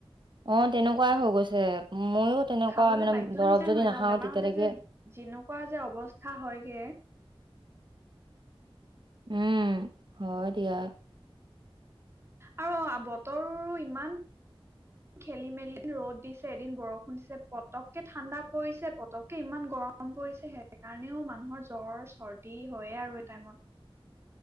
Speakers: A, on the right; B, on the right.
A: অ তেনেকুৱাই হৈ গৈছে ময়ো তেনেকুৱা
B: খাবলৈ
A: মানে
B: বাধ্যয়
A: দৰৱ
B: নিচাই
A: যদি
B: হৈ
A: নাখাও
B: যাওঁ বেমাৰ
A: তেতিয়ালৈকে
B: হলে যে যেনেকুৱা যে অৱস্থা হয়গে
A: উম হয় দিয়া
B: আৰু বতৰো ইমান খেলি মেলি এদিন ৰ'দ দিছে এদিন বৰষুণ দিছে পতককে ঠাণ্ডা পৰিছে পতককে ইমান গৰম পৰিছে সেইকাৰণেও মানুহৰ জ্বৰ চৰ্দি হয়েই আৰু এই টাইমত